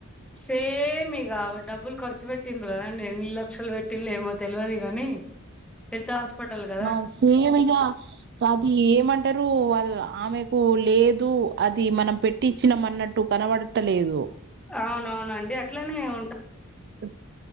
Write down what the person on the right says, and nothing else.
మా సేమ్ ఇగ కాది ఏమంటరు వాళ ఆమెకు లేదు అది మనం పెట్ టిచ్చినమన్నట్టు కనబడతలేదు
ఓస్